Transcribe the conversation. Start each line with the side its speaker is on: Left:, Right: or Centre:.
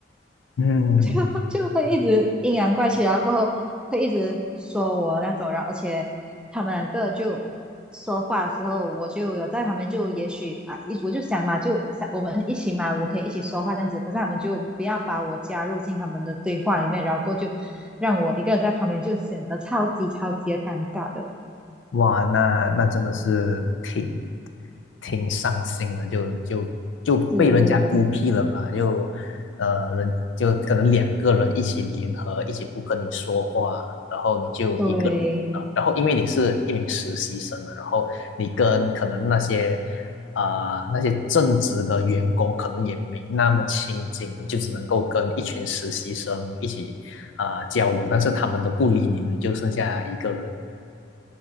Left: 嗯，
Centre: 就就会一直阴阳怪气，然后过后会一直说我那种，然后而且他们两个就说话的时候，我就有在旁边，就也许啊，一我就想嘛，就想我们一起嘛，我可以一起说话这样子，可是他们就不要把我加入进他们的对话里面，然后过后就让我一个人在旁边，就显得超级超级的尴尬的，
Left: 哇，那那真的是挺挺伤心的，就就就被人嗯家孤僻了吧？
Centre: 是，
Left: 就呃，人就可能两个人一起联合，一起不跟你说话，然后你就一个人啊，
Centre: 对。
Left: 然后因为你是一名实习生嘛，然后你跟可能那些啊、呃那些正职的员工可能也没那么亲近，你就只能够跟一群实习生一起啊、呃交流，但是他们都不理你了，你就剩下一个人。